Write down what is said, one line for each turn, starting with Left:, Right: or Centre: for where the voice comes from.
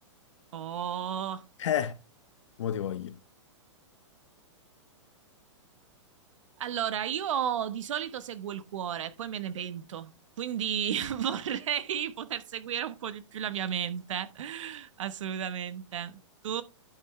Right: Oh.
Left: Eh, mo ti voglio.
Right: Allora, io di solito seguo il cuore, poi me ne pento, quindi <laughs> vorrei poter seguire un po' di più la mia mente, assolutamente. Tu?